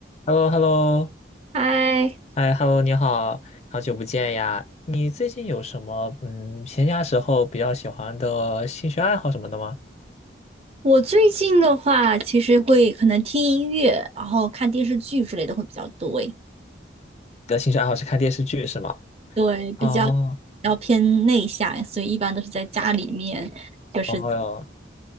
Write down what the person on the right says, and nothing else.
嗨，
我最近的话，其实会可能听音乐，然后看电视剧之类的会比较多诶。
对，比较
要偏内向，所以一般都是在家里面。就是